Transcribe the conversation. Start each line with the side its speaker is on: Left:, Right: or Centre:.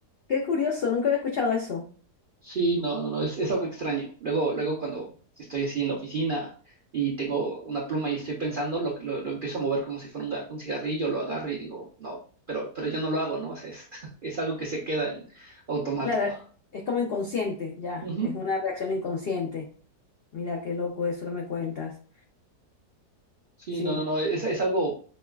Left: qué curioso, nunca había escuchado eso.
Right: Sí, no, no, no, es, es algo extraño. Luego, luego cuando estoy así en la oficina y tengo una pluma y estoy pensando, lo, lo, lo empiezo a mover como si fuera un, ga- un cigarrillo, lo agarro y digo, no, pero, pero yo no lo hago, ¿no? O sea, es, <laughs> es algo que se queda en automático.
Left: Claro, es como inconsciente, ya,
Right: Ujú.
Left: es una reacción inconsciente. Mira qué loco eso que me cuentas.
Right: Sí,
Left: Sí.
Right: no, no, no, es, es algo